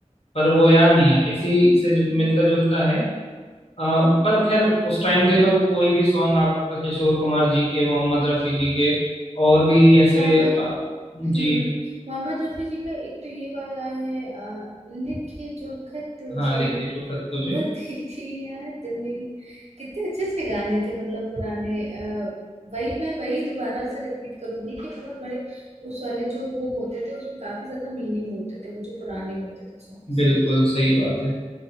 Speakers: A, on the left (about 55°); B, on the right (about 65°).
A: पर वो याद नहीं आ रहा इसी से मिलता जुलता है अ, पर खैर
B: ओके
A: उस टाइम के तो कोई भी सॉन्ग आप अ, किशोर कुमार जी के मोहम्मद रफ़ी जी के और भी ऐसे
B: मोहम्मद
A: अ, जी
B: हम्म मोहम्मद रफी जी का एक तो ये वाला है आ, लिखे जो खत तुझे
A: हाँ लिखे चुकत तुझे
B: वो तेरी याद में कितने अच्छे अच्छे गाने थे मतलब पुराने आ, वही मैं वही दोबारा से रिपीट करूंगी कि मतलब बड़े उस वाले जो वो होते थे उसमें काफी ज्यादा मीनिंग होते थे वो जो पुराने होते थे सॉन्ग्स
A: बिल्कुल सही बात है